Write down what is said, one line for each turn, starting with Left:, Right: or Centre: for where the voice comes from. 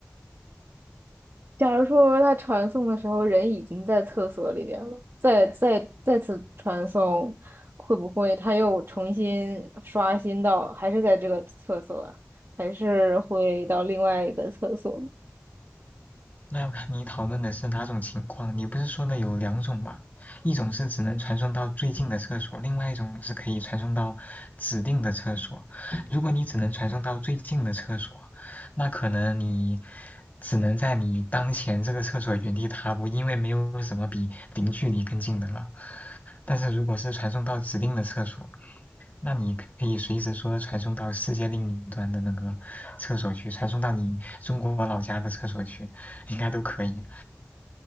Right: 假如说他传送的时候人已经在厕所里边了，再再再次传送，会不会他又重新刷新到还是在这个厕所啊，还是会到另外一个厕所呢？
Left: 那要看你讨论的是哪种情况。你不是说的有两种吗？一种是只能传送到最近的厕所，另外一种是可以传送到指定的厕所。如果你只能传送到最近的厕所，那可能你只能在你当前这个厕所原地踏步，因为没有什么比零距离更近的了。但是如果是传送到指定的厕所，那你可以随时说传送到世界另一端的那个厕所去，传送到你中国老家的厕所去，应该都可以。